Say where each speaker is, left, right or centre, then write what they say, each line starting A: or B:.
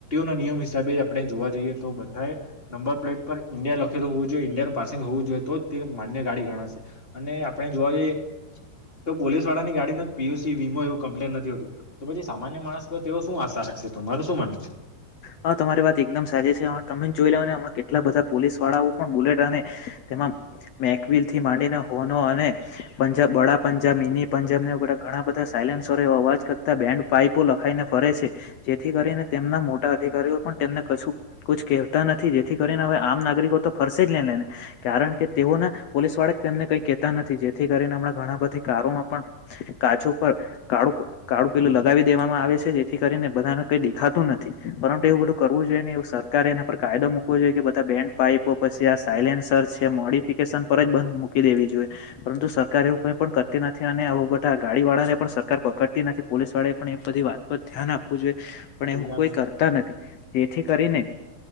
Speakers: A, on the left (about 15°); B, on the left (about 75°).
A: ના નિયમ હિસાબે આપણે જોવા જઈએ તો બધા નંબર પ્લેટ પર ઇંડિયા લખેલું હોવ જોઈએ ઇડિયા પાર્સિંગ હોવું જોઈએ તો તે માન્ય ગાડી ગણાશે અને આપણે જોવા જઈએ તો પોલીસ વાળા ની ગાડી ન જ પીયુષ પછી વીમો એવું કમ્પ્લેન નથી હોતું તો પછી સામાન્ય માણસ પર તે શું આશા રાખશે તમારું શું માનું છે?
B: હા તમારી વાત એકદમ સાચી છે તમે જોઈ લ હમણા કેટલા બધા પોલીસ વાળાઓ પણ બુલેટ અને તેમાં મેકવલ થી માંડીને હોનો અને પંજાબ બડા પંજાબ મિની પંજાબ વગ ઘણા બધા સાયલેન્સ અવાજ કરતા બેન્ડ પાઈપો લખાઈને ફરે છે જેથી કરીને તેમના મોટા અધિકારી પણ તેમને કશું કેતા નથી જેથી કરીને હવે આમ નાગરિકો તો ફરસે જ નને લેને કારણ કે તેઓના પોલીસ વાળક તેમને કઈ કેતા નથી જેથી કરીને હમણાં ઘણા બધી કારોમાં પણ કાચું પર કાળું કાળુ પીલું લગાવી દેવામાં આવે છે જેથી કરીને બધાને કઈ દેખાતું નથી પરંતુ એવું બધું કરવું જોઈએ ને એ સરકાર એના પર કાયદો મૂકવો જોઈએ કે બધા બેન પાઈપો પછી આ સાયલેન્સર છે મોડિફિકેશન પર જ બંધ મૂકી દેવી જોઈએ પરંતુ સરકાર એવું કઈ પણ કરતી નથી અને બધા ગાડી વાળા ને પણ સરકાર પકડતી નથી પોલીસ વાળે પણ એ બધી વાત પર ધ્યાન આપવું જોઈએ. પણ
A: પેલાના
B: એવું કોઈ કરતા નથી જેથી કરીને